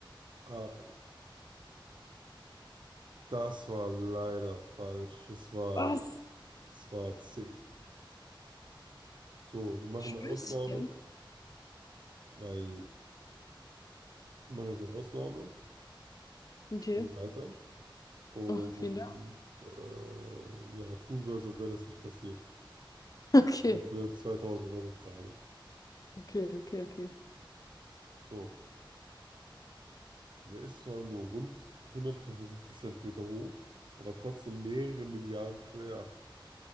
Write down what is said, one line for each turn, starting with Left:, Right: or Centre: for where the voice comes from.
Right: A ein. Das war leider falsch. Es war,
Left: Was?
Right: es war C. So, wir machen
Left: Stößchen?
Right: eine Ausnahme, weil mache jetzt eine Ausnahme,
Left: Okay.
Right: ich spiele weiter und
Left: Oh, vielen Dank. <laughs>
Right: äh, ja, tun so, als ob wäre das nicht passiert.
Left: Okay,
Right: Das ist eine euro frage
Left: okay, okay, okay.
Right: So, wer ist zwar nur rund hundertfünfundsiebzig Zentimeter hoch, aber trotzdem mehrere Milliarden schwer?